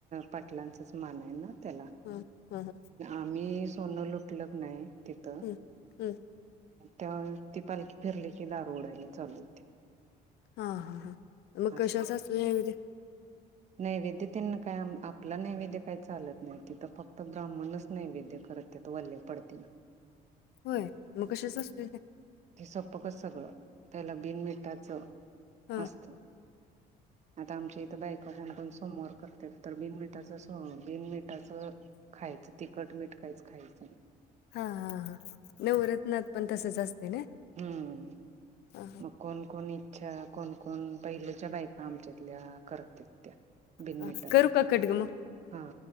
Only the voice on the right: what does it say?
पाटलांचच मान आहे ना त्या
आम्ही सोनं लुटल नाही तिथं
ते ती पालखी फिरली की दार उडायला चालू होते
असं
नैवेद्य त्यांना काय आपलं नैवेद्य काय चालत नाही तिथं फक्त ब्राह्मणच नैवेद्य करत त वल्ले पडते ना
ते सोपकच सगळं त्याला बिन मिठाच
असत आता आमच्या इथ बाक कोण कोोण सोमवार करतात तर बिनमटाच स बिनमटाचं खायचं तिखट मीठ काहीच खायचं
हम्म
कोणकोण इच्छा कोणकोण पहिलेच्या बायका आमच्यातल्या करत त्या बिनमिटच
हा